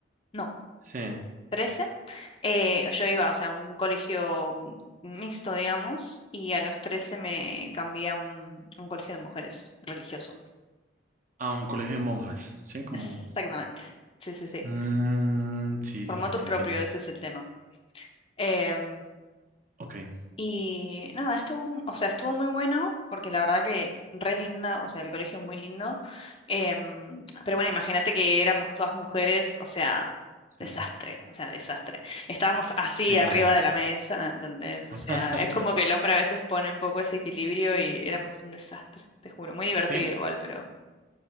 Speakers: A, on the left (about 30°); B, on the right (about 40°).
A: no,
B: sí.
A: 13 eh, yo iba, o sea, a un colegio mm, mixto, digamos, y a los 13 me cambié a un, un colegio de mujeres religioso.
B: A un colegio de monjas. Sí, como.
A: Exactamente. Sí, sí, sí.
B: Mm, sí,
A: Por
B: sí,
A: motus
B: sí, te
A: propio,
B: entiendo.
A: ese es el tema. Em,
B: Ok,
A: Y nada, estuvo, o sea, estuvo muy bueno, porque la verdad que re linda, o sea, el colegio es muy lindo. Em, pero bueno, imagínate que éramos todas mujeres, o sea,
B: sí.
A: desastre, o sea, desastre. Estábamos así
B: Sí.
A: arriba de la mesa, ¿entendés? O
B: <laughs>
A: sea, es como que el hombre a veces pone un poco ese equilibrio y éramos un desastre, te juro. Muy divertido
B: Sí,
A: igual, pero